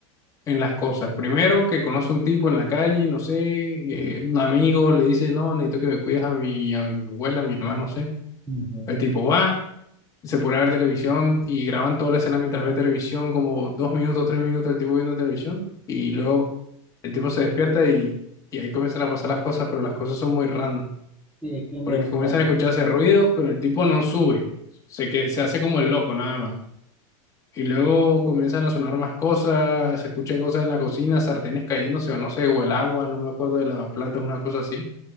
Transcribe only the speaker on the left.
en las cosas. Primero, que conoce un tipo en la calle, no sé, eh, un amigo le dice, no, necesito que me cuides a mi, a mi abuela, a mi mamá, no sé.
El tipo va se pone a ver televisión y graban toda la escena mientras ve televisión, como dos minutos, tres minutos el tipo viendo televisión, y luego el tipo se despierta y, y ahí comienzan a pasar las cosas, pero las cosas son muy random,
porque comienzan
a escucharse ruidos, pero el tipo no sube, se, que, se hace como el loco nada más. Y luego comienzan a sonar más cosas, se escuchan cosas en la cocina, sartenes cayéndose o no sé, o el agua, no me acuerdo de lavaplatos, una cosa así.